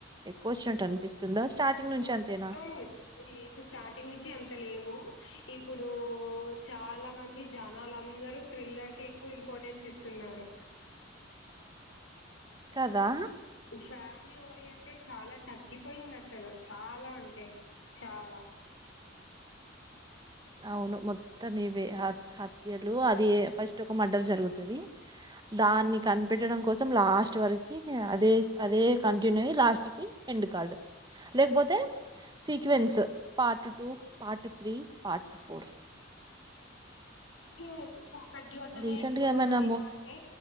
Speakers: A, on the right; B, on the left.
A: ఎక్కువ వచ్చినట్టు అనిపిస్తుందా స్టార్టింగ్ నుంచి
B: మాక్సిమం
A: అంతేనా.
B: లేదు స్టార్టింగ్ నుంచి అంత లేవు, ఇప్పుడు చాలా మంది జనలందరూ. థ్రిల్లర్ కి ఎక్కువ ఇంపార్టెన్స్ ఇస్తున్నారు.
A: కదా
B: ఫ్యామిలీ ఓరియంటెడ్ చాలా తగ్గిపోయింది అసలు చాలా అంటే చాలా.
A: అవును మొత్తం ఇవే హత్యలు అది ఫస్ట్ ఒక మర్డర్ జరుగుతది. దాన్ని కనిపెట్టడం కోసం లాస్ట్ వరకి అదే అదే కంటిన్యూ అయ్యి లాస్ట్ కి. ఎండ్ కార్డ్ లేకపోతే
B: అవును
A: sequence part two part three part four
B: లేదు ఒకటి చూడ్డమే
A: రీసెంట్
B: ఎక్కువరా
A: గా ఏమైనా
B: నాయనా
A: మూవీస్
B: అంటే